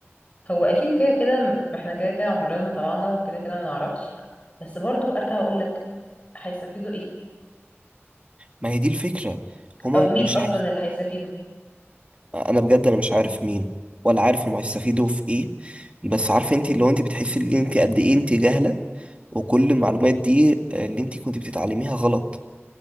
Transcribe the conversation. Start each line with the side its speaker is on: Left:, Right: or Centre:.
Left: هو اكيد كده كده م- ما احنا كده كده عمرنا ما طلعنا وكده كده ما نعرفش بس برضو ارجع اقول لك هيستفيدوا ايه
Right: ما هي دي الفكرة هما
Left: او مين
Right: مش
Left: اصلا
Right: عارف
Left: اللي هيستفيدوا
Right: انا بجد انا مش عارف مين ولا عارف هما هيستفيدوا في ايه بس عارفه انتي اللي هو انتي بتحسي ان انتي قد ايه انتي جاهلة وكل المعلومات دي اللي انتي كنت بتتعلميها غلط